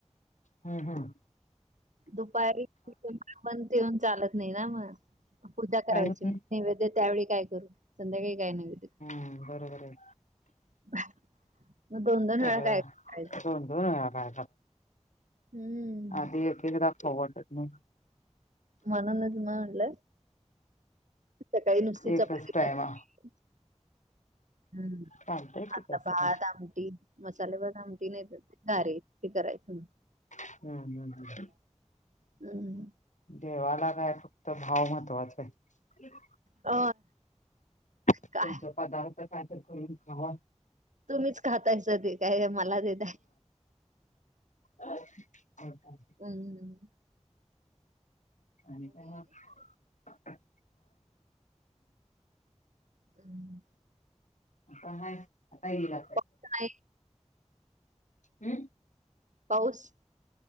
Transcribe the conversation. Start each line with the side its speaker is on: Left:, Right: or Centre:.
Left: हम् हम
Right: दुपारी पण ते येऊन चालत नाही ना मग पूजा करायची
Left: होत नाही
Right: मग नैवेद्य त्यावेळी काय करू संध्याकाळी काय नैवेद्य
Left: ह् बरोबर आहे
Right: <inaudible> दोन वेळा
Left: अ
Right: काय करायचं
Left: दोन दोनयरा
Right: हम्म
Left: आधी त वाटत नाही
Right: म्हणूनच मी म्हंटल सकाळी नुसतीच
Left: एकच
Right: चपाती
Left: टाइमा
Right: करून घायच हम्म
Left: चालतंय की
Right: आता
Left: तसं
Right: भात
Left: पण
Right: आमटी मसाले भात आमटी नाही गार करायचं मग
Left: हम्म हम्म हम्म.
Right: हम्म
Left: देवाला काय फक्त भाव महत्त्वाचा आहे
Right: अ
Left: तुमचा
Right: काय
Left: पदार्थ काय तर करून खावा
Right: तुम्हीच खातायच ते काय मला देतय
Left: हो
Right: हम्
Left: <unintelligible>
Right: हम्म.
Left: आता हय आता येला
Right: पाऊस नाही
Left: हम्म
Right: पाऊस?